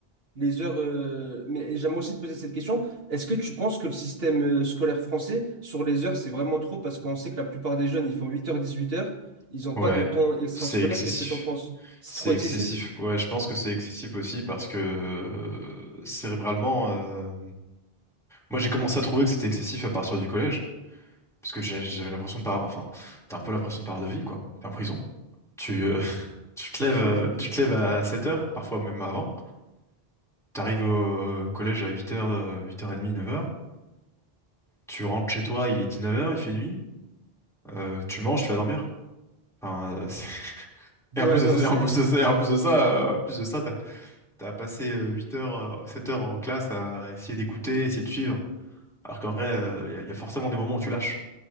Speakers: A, on the right; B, in the centre.
A: les heures. euh, Mais j'aime aussi te poser cette question. Est-ce que tu penses que le système euh, scolaire français, sur les heures, c'est vraiment trop? Parce qu'on sait que la plupart des jeunes, ils font huit heures dix-huit heures Ils n'ont
B: Ouais,
A: pas de temps extrascolaire.
B: c'est excessif.
A: Qu'est-ce que tu en penses? C'est
B: C'est
A: trop excessif?
B: excessif. Ouais, je pense que c'est excessif aussi parce que euh, cérébralement, euh, moi j'ai commencé à trouver que c'était excessif à partir du collège parce que j'ai- j'avais l'impression de par, enfin, t'as un peu l'impression de par de vie quoi. T'es en prison. Tu, euh, <laughs> tu te
A: <laughs>
B: lèves, euh, tu te lèves à 7 heures, parfois même avant. T'arrives au collège à 8 heures, 8h30, neuf heures. Tu rentres chez toi, il est dix-neuf heures, il fait nuit, euh, tu manges, tu vas dormir. Enfin, euh, c'est- <laughs> et
A: Ouais,
B: en plus
A: non,
B: de ça,
A: c'est.
B: et en plus de ça, et en plus de ça, euh, en plus de ça, t'as, t'as passé euh, 8 heures, euh, 7 heures en classe à essayer d'écouter, essayer de suivre. Alors qu'en vrai, il y, a y a forcément des moments où tu lâches.